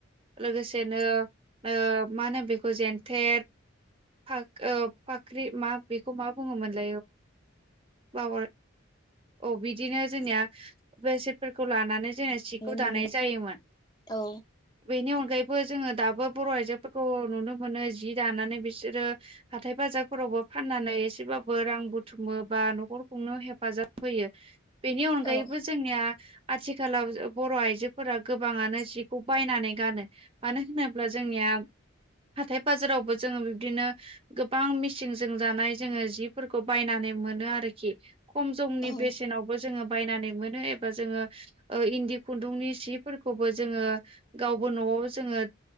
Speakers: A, on the right (about 25°); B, on the left (about 20°).
A: लोगोसेनो ओ मा होनो बेखौ जेनथे ओ फाख्रि मा बेखौ मा बुङोमोनल ब औ बिदिनो जोंनिया बेसेथफोरखौ लानानै सिखौ
B: नुनो मोनो
A: दानाय जायोमोन
B: औ।
A: बेनि अनगायैबो जोङो दाबो बर' आइजोफोरखौ नुनो मोनो जि दानानै बिसोरो हाथाय बाजार रफोरावबो फाननानै एसेबाबो रां बुथुमो बा न'खरखौनो हेफाजाब होयो। बेनि अनगायैबो
B: औ
A: जोंनिया आथिखालाव बर' आइजो फोरा गोबाङानो जिखौ बायनानै गानो मानो होनोब्ला जोंनिया हाथाय बाजारावबो जोङो बिब्दिनो गोबां मिसिंजों जानाय जोङो जिफोरखौ बायनानै मोनो आरोखि खम जमनि
B: औ
A: बेसेनावबो जोङो बायनानै मोनो एबा जोङो ओ इन्दि खुन्दुंनि सिफोरखौबो जोङो गावबो न'आव जोङो